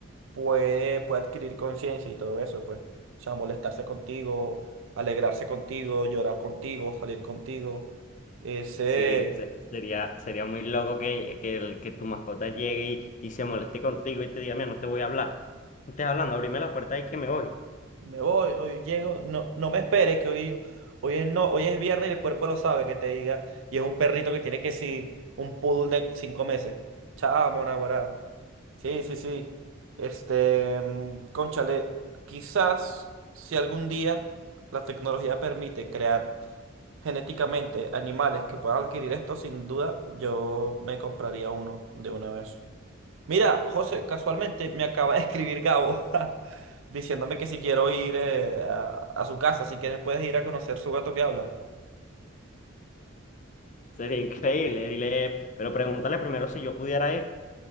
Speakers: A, on the right; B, on the left.
A: puede, puede adquirir conciencia y todo eso, pues. O sea, molestarse contigo, alegrarse contigo, llorar contigo, salir contigo. Ese,
B: Sí, se- sería, sería muy loco que, que, el- que tu mascota llegue y, y se moleste contigo y te diga, mira, no te voy a hablar. No estés hablando, abrime la puerta y que me voy.
A: me voy, hoy llego, no, no me esperes que hoy, hoy es no, hoy es viernes y el cuerpo lo sabe que te diga, y es un perrito que tiene que sí, un poodle de cinco meses. Chamo, naguará. Sí, sí, sí. Este, mm, cónchale, quizás si algún día la tecnología permite crear genéticamente animales que puedan adquirir esto, sin duda yo me compraría uno de una vez. Mira, José, casualmente me acaba de escribir Gabo <laughs> diciéndome que si quiero ir eh, a, a su casa, si quieres puedes ir a conocer su gato que habla.
B: Sería increíble. Dile, pero pregúntale primero si yo pudiera ir